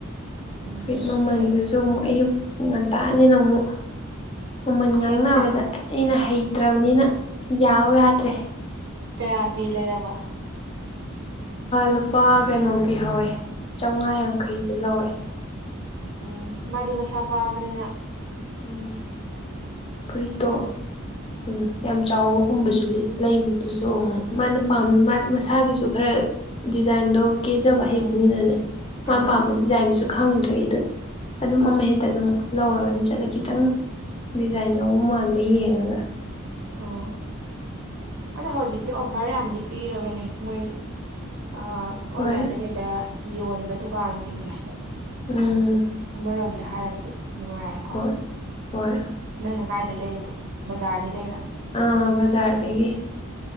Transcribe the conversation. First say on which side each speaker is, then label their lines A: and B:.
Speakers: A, on the right; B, on the left.
A: ꯎꯝ
B: ꯐꯨꯔꯤꯠ ꯃꯃꯜꯗꯨꯁꯨ
A: ꯀꯦꯛ
B: ꯑꯃꯨꯛ ꯑꯌꯨꯛ ꯉꯟꯇꯥꯅꯤꯅ ꯑꯃꯨꯛ ꯃꯃꯟ ꯉꯥꯡꯅꯕꯗ
A: ꯁꯦꯠꯈ꯭ꯔꯦ
B: ꯑꯩꯅ ꯍꯩꯇ꯭ꯔꯕꯅꯤꯅ ꯌꯥꯎ ꯌꯥꯗ꯭ꯔꯦ
A: ꯀꯌꯥ ꯄꯤ ꯂꯩꯔꯕ
B: ꯂꯨꯄꯥ ꯀꯩꯅꯣ ꯄꯤꯍꯧꯋꯦ ꯆꯝꯃꯉꯥ ꯌꯥꯡꯈꯩꯗ ꯂꯧꯋꯦ
A: ꯎꯝ ꯃꯥꯗꯤ ꯃꯁꯥ ꯄꯥꯕꯅꯤꯅ
B: ꯎ ꯐ꯭ꯔꯤꯇꯣ
A: ꯑꯗꯨꯝ
B: ꯎꯝ ꯌꯥꯝ ꯆꯥꯎꯕꯒꯨꯝꯕꯁꯨ ꯂꯩꯕꯗꯨꯁꯨ ꯎꯝ ꯃꯥꯅꯝ ꯃꯁꯥꯒꯤꯁꯨ ꯈꯔ ꯗꯤꯖꯥꯏꯟꯗꯣ ꯀꯦꯖꯕ ꯍꯩꯕꯅꯤꯅꯅꯦ
A: ꯎꯝ
B: ꯃꯥꯅ
A: ꯑꯥ
B: ꯄꯥꯝꯕ ꯗꯤꯖꯥꯏꯟꯁꯨ ꯈꯪꯗ꯭ꯔꯦ ꯑꯩꯗꯣ ꯑꯗꯨꯝ ꯑꯃꯍꯦꯛꯇ ꯑꯗꯨꯝ ꯂꯧꯔꯒ ꯑꯗꯨꯝ ꯆꯠꯂꯀꯦ ꯈꯤꯇꯪ ꯗꯤꯖꯥꯏꯟ ꯌꯥꯎꯕ ꯃꯥꯟꯕ ꯌꯦꯡꯉꯒ
A: ꯑꯣ ꯑꯗꯣ ꯍꯧꯖꯤꯛꯇꯤ ꯑꯣꯐꯔ ꯌꯥꯝꯗꯤ ꯄꯤꯔꯕꯅꯦ ꯃꯣꯏ ꯑꯣꯟꯂꯥꯏꯟꯗ
B: ꯍꯣꯏ
A: ꯀꯩꯗ ꯌꯣꯟꯕ ꯗꯨꯀꯥꯟꯁꯤꯡꯁꯦ
B: ꯎꯝ
A: ꯑꯃꯔꯣꯝꯗ ꯍꯥꯏꯔꯒꯗꯤ ꯅꯨꯡꯉꯥꯏꯔꯦꯀꯣ
B: ꯍꯣꯏ ꯍꯣꯏ
A: ꯅꯪꯅ ꯀꯥꯏꯗꯩ ꯂꯩꯔꯤꯅꯣ ꯕꯖꯥꯔꯗꯩ ꯂꯩꯔ
B: ꯑꯥ ꯕꯖꯥꯔꯗꯒꯤ